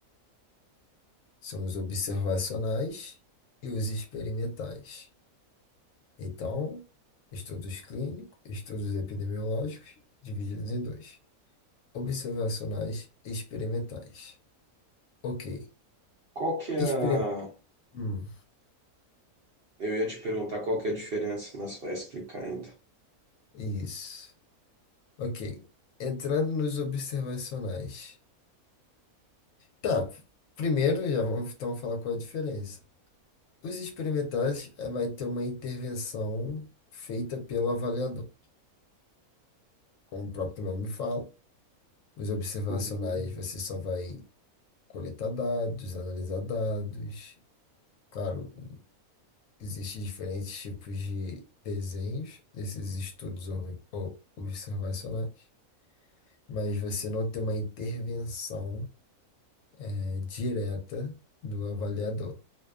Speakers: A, on the left (about 65°); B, on the right (about 60°).
A: São os observacionais e os experimentais. Então, estudos clínicos, estudos epidemiológicos, divididos em dois. Observacionais experimentais. Ok.
B: Qual que é
A: Experim...
B: a...
A: Hum,
B: Eu ia te perguntar qual que é a diferença, mas vai explicar ainda.
A: isso. Ok. Entrando nos observacionais. Tá. Primeiro, já vamos então falar qual é a diferença. Os experimentais eh, vai ter uma intervenção feita pelo avaliador, como o próprio nome fala. Os observacionais,
B: Uhum.
A: você só vai coletar dados, analisar dados. Claro, Existem diferentes tipos de desenhos desses estudos ob- o- observacionais, mas você não tem uma intervenção eh, direta do avaliador.